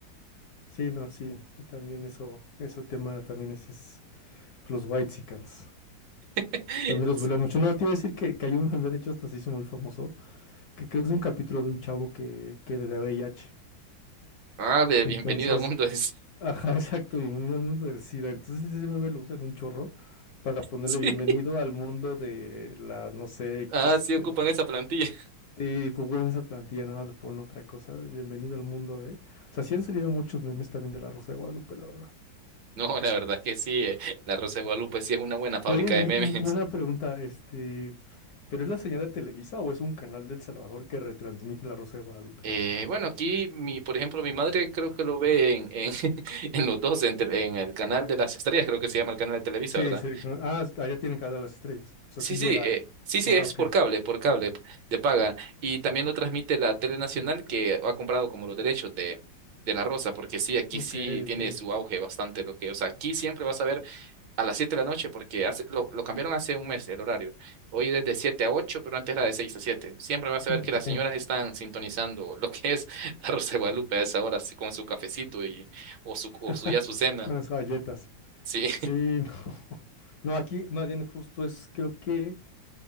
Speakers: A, on the left (about 65°); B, on the right (about 70°).
A: sí, no, sí, también eso, ese tema también es, es Los Whitexicans.
B: <laughs>
A: También los bulean mucho. No, te iba a decir que, que hay un <laughs> meme, de hecho, hasta se hizo muy famoso, que, que es de un capítulo de un chavo que, que le da VIH.
B: Ah, de-
A: Entonces,
B: bienvenido al mundo del ci- <laughs>
A: ajá, <laughs> exacto, bienvenido al mundo del SIDA. Entonces ese meme lo usan un chorro para ponerle
B: Sí.
A: bienvenido al mundo de la, no sé, X,
B: Ah, sí
A: de
B: ocupan
A: la...
B: esa plantilla. <laughs>
A: Sí, Google en esa plantilla, nada, le ponen otra cosa de bienvenido al mundo de... O sea, sí han salido muchos memes también de la Rosa de Guadalupe, la verdad.
B: No, la verdad que sí, eh, La Rosa de Guadalupe sí es una buena fábrica
A: Oye,
B: de
A: y,
B: memes.
A: y- y una pregunta, este, ¿Pero es la señal de Televisa o es un canal del Salvador que retransmite La Rosa de Guadalupe?
B: Eh, bueno, aquí, mi, por ejemplo, mi madre creo que lo ve en, en, <laughs> en los dos, en, tele- en el canal de las estrellas, creo que se llama el canal de Televisa,
A: Sí,
B: ¿verdad?
A: sí. ¿no? Ah, allá tienen cada de las estrellas. O sea,
B: Sí,
A: sí
B: sí,
A: llega.
B: eh, sí, sí,
A: Ah,
B: es
A: ok,
B: por cable, por cable de paga. Y también lo transmite la Tele Nacional que ha comprado como los derechos de, de La Rosa, porque sí, aquí
A: ok,
B: sí tiene
A: ok.
B: su auge bastante lo que, o sea, aquí siempre vas a ver a las 7 de la noche, porque hace, lo, lo cambiaron hace un mes el horario. Hoy es de 7 a 8 pero antes era de 6 a siete Siempre vas a
A: ok.
B: ver que las señoras están sintonizando lo que es <laughs> la Rosa de Guadalupe a esa hora, así, con su cafecito y, o, su,
A: <laughs>
B: o su, ya su cena.
A: Con las galletas.
B: Sí,
A: Sí, no. <laughs> No, aquí más bien justo es, creo que